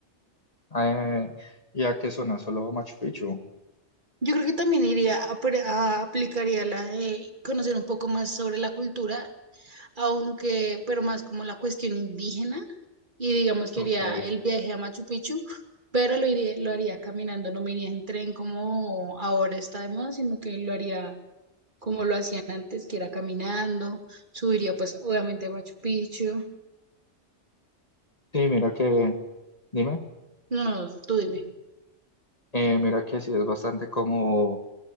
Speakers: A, on the left; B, on the right.
A: Eh, ¿y a qué zona? Solo Machu Picchu.
B: Yo creo que también iría a, pre- a- aplicaría la de conocer un poco más sobre la cultura, aunque, pero más como la cuestión indígena, y digamos que
A: Ok,
B: haría el viaje a Machu Picchu, pero lo iría, lo haría caminando, no me iría en tren como ahora está de moda, sino que lo haría como lo hacían antes, que era caminando, subiría pues obviamente a Machu Picchu.
A: Sí, mira que, dime,
B: No, no, tú dime.
A: eh, mira que sí es bastante como